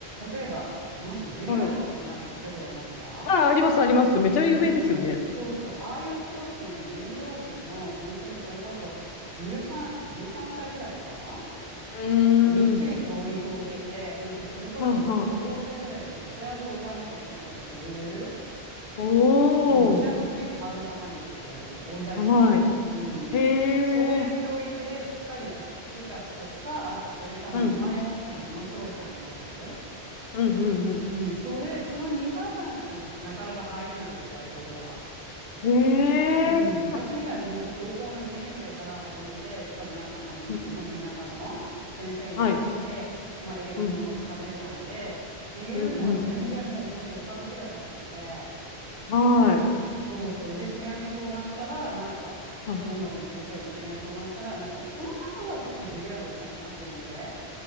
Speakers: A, on the right (about 80°); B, on the left (about 70°).
A: 例えば、なんていうの、ジュリアールとかってなんか聞いたことありますか
B: はい。あ、あります、あります。めちゃ有名ですよね。
A: うんうん、そうそう、ああいうとこっていうのをニューヨークの本当にそれこそ13、13歳ぐらいから
B: うーん。
A: みっちり教育を受けて、本当にそれこそもう高校生ぐらいでロシア語を歌わなきゃいけないとかそういう
B: はんはん。おー。
A: うん、ロシア語って結構ハードル高いんですよ、割と。音大生でも。
B: はい。
A: うんうん。
B: へ
A: そういう教育でしっかりやってた人か、
B: え。
A: あとそれかもう生まれ持ったものすごい才能がある。
B: うん。うん、うん、
A: うん、それ、その2パターンしかな、なかなか入れないですよ、ああいうところは。
B: うん。へえ。
A: うん、私みたいに本当高校の2年生から始めて、しかもなんか、まあ、い日本の田舎の先生に習って、
B: うんはい。
A: まあ、英語も喋れないで、
B: うん。
A: っていうのは全然もう本当にお門違いだったので、
B: うん、うん。はい。
A: そうそう。で、知り合いに相談したら、なんか、
B: はい。
A: その音楽の先生の知り合いに相談したら、なんか、その方は確かジュリアード行ったのかな、ピアノで。